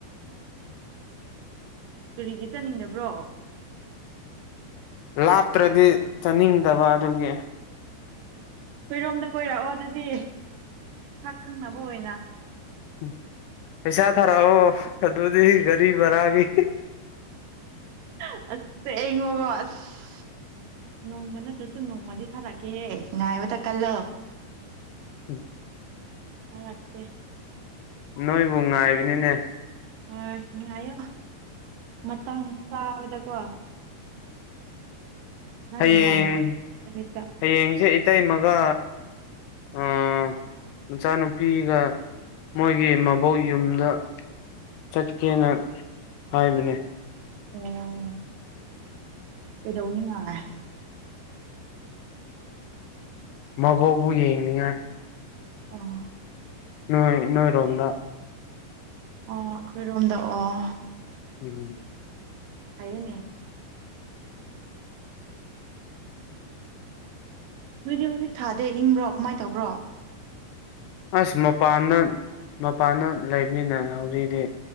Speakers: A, on the right; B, on the left.
A: ꯀꯔꯤꯒꯤ ꯆꯠꯅꯤꯡꯅꯕ꯭ꯔꯣ
B: ꯂꯥꯞꯇ꯭ꯔꯗꯤ ꯆꯥꯅꯤꯡꯗꯕ ꯑꯗꯨꯒꯤ
A: ꯈꯣꯏꯔꯣꯝꯗ ꯀꯣꯏꯔꯛꯑꯣ ꯑꯗꯨꯗꯤ ꯁꯛ ꯈꯪꯅꯕ ꯑꯣꯏꯅ
B: ꯎ ꯄꯩꯁꯥ ꯊꯥꯔꯛꯑꯣ ꯑꯗꯨꯗꯤ ꯒꯥꯔꯤ ꯚꯔꯥꯒꯤ
A: <unintelligible> ꯅꯣꯡꯃ ꯅꯠꯇ꯭ꯔꯁꯨ ꯅꯣꯡꯃꯗꯤ ꯊꯥꯔꯛꯀꯦꯍꯦ ꯉꯥꯏꯕꯇ ꯀꯜꯂꯣ
B: ꯎꯝ
A: ꯊꯥꯔꯛꯀꯦ
B: ꯅꯣꯏꯕꯨ ꯉꯥꯏꯕꯅꯤꯅꯦ
A: ꯍꯣꯏ ꯉꯥꯏꯌꯣ ꯃꯇꯥꯡ ꯆꯥꯕꯗꯀꯣ ꯅꯪꯅ
B: ꯍꯌꯦꯡ
A: ꯌꯥꯝ ꯅꯨꯃꯤꯠꯇ
B: ꯍꯌꯦꯡꯖꯦ ꯏꯇꯩꯃꯒ ꯎꯝ ꯃꯆꯥꯅꯨꯄꯤꯒ ꯃꯣꯏꯒꯤ ꯃꯕꯣꯛ ꯌꯨꯝꯗ ꯆꯠꯀꯦꯅ ꯍꯥꯏꯕꯅꯦ
A: ꯑꯣ ꯀꯩꯗꯧꯅꯤꯉꯥꯏ
B: ꯃꯕꯣꯛꯄꯨ ꯌꯦꯡꯅꯤꯡꯉꯥꯏ
A: ꯑꯣ
B: ꯅꯣꯏ ꯅꯣꯏꯔꯣꯝꯗ
A: ꯑꯣ ꯑꯩꯈꯣꯏꯔꯣꯝꯗ ꯑꯣ
B: <unintelligible>
A: ꯐꯩꯌꯦꯅꯦ ꯅꯣꯏꯗꯤ ꯍꯧꯖꯤꯛ ꯊꯥꯗꯦ ꯏꯪꯕ꯭ꯔꯣ ꯀꯃꯥꯏꯟ ꯇꯧꯕ꯭ꯔꯣ
B: ꯑꯁ ꯃꯄꯥꯟꯗ ꯃꯄꯥꯟꯗ ꯂꯩꯕꯅꯤꯅ ꯍꯧꯖꯤꯛꯗꯤ